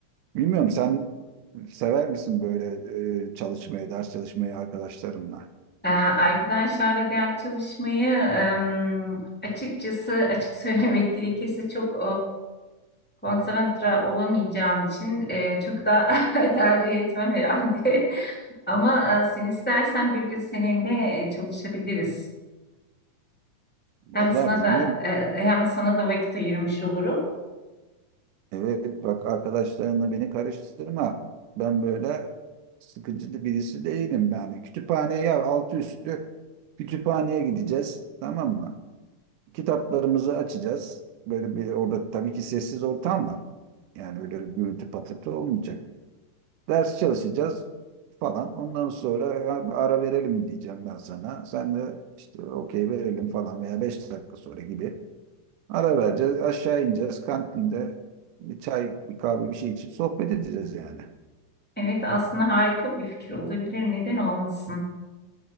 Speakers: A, on the right; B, in the centre.
A: Bilmiyorum sen sever misin böyle e, çalışmayı, ders çalışmayı arkadaşlarınla?
B: Ee, Arkadaşlarla ders çalışmayı em, açıkçası açık söylemek gerekirse çok Konsantre olamayacağım için e, çok da <laughs> tercih etmem herhalde. <laughs> Ama e, sen istersen bir gün seninle e, çalışabiliriz.
A: Vallahi
B: Hem sana
A: bilmiyorum.
B: da e, hem sana da vakit ayırmış olurum.
A: Evet bak arkadaşlarınla beni karıştırma. Ben böyle sıkıcı birisi değilim yani. Kütüphaneye ya altı üstü kütüphaneye gideceğiz tamam mı? Kitaplarımızı açacağız. Böyle bir orada tabii ki sessiz ortam var. Yani öyle gürültü patırtı olmayacak. Ders çalışacağız falan. Ondan sonra ya bir ara verelim mi diyeceğim ben sana. Sen de işte okey verelim falan veya 5 dakika sonra gibi. Ara vereceğiz. Aşağı ineceğiz. Kantinde bir çay, bir kahve bir şey içip sohbet edeceğiz yani.
B: Evet, aslında harika bir fikir olabilir. Neden olmasın?